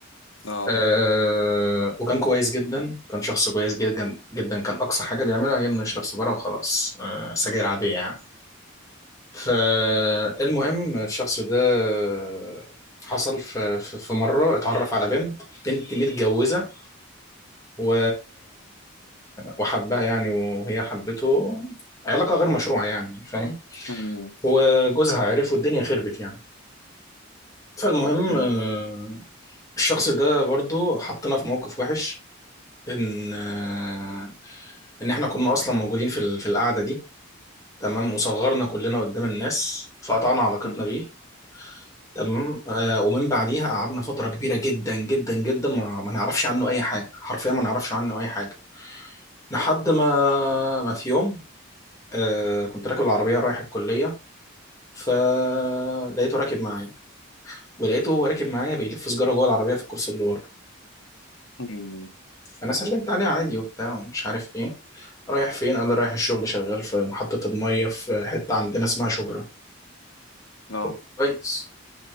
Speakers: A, on the left; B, on the left.
A: اه
B: آه وكان كويس جدا كان شخص كويس جدا جدا كان اقصى حاجه بيعملها هي انه يشرب سيجاره وخلاص آه سجاير عاديه يعني فالمهم الشخص ده آه، حصل في في في مرة اتعرف على بنت بنت متجوزة و... وحبها يعني وهي حبته علاقة غير مشروعة يعني فاهم
A: مم.
B: وجوزها عرف والدنيا خربت يعني فالمهم
A: مم.
B: آه، الشخص ده برضو حطنا في موقف وحش ان آه، ان احنا كنا اصلا موجودين في ال- في القعدة دي تمام وصغرنا كلنا قدام الناس فقطعنا علاقتنا
A: مم.
B: بيه تمام آه ومن بعديها قعدنا فترة كبيرة جدا جدا جدا ما, ما نعرفش عنه أي حاجة حرفيا ما نعرفش عنه أي حاجة لحد ما ما في يوم آه كنت راكب العربية رايح الكلية فلقيته راكب معايا ولقيته هو راكب معايا بيلف سجارة جوه العربية في الكرسي اللي ورا
A: مم.
B: فأنا سلمت عليه عادي وبتاع ومش عارف إيه رايح فين قال لي رايح الشغل شغال في محطة المية في حتة عندنا اسمها شبرا
A: اه
B: أوه، كويس